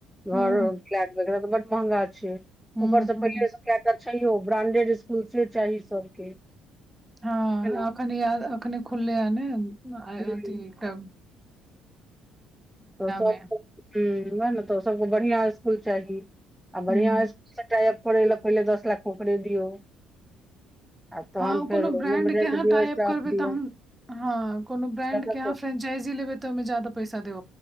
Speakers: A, in the centre; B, on the right.
A: घर
B: हूँ
A: फ्लैट वगैरह तऽ बड महँंगा छै
B: हूँ
A: ऊपरसँ
B: हूँ
A: पहिले स। केऽ क छैहो ब्रांडेड स्कुल से चाही सबके।
B: हँ
A: है न
B: अखन याद अखने खुलैया ने
A: हुं
B: अथी टा।
A: तऽ सभके
B: मे
A: हुं उएह ने तऽ सभके बढ़िआँ स्कुल चाही आ
B: हूँ
A: बढ़िआँ स्कु। सबटा एप <unintelligible> पहिले दस लाख ओकरे दियौ। आ तहन
B: हँ ओ
A: फेर
B: कोनो
A: रूम
B: ब्रैंड
A: रेंट
B: के अहाँ
A: दियौ
B: टायप
A: स्टाफ
B: करबै
A: दियौ
B: तहन हँ कोनो ब्रैंड
A: ज्यादा
B: के अहाँ फ्रेंचाइजी लेबै। त ओमे जादा पैसा देब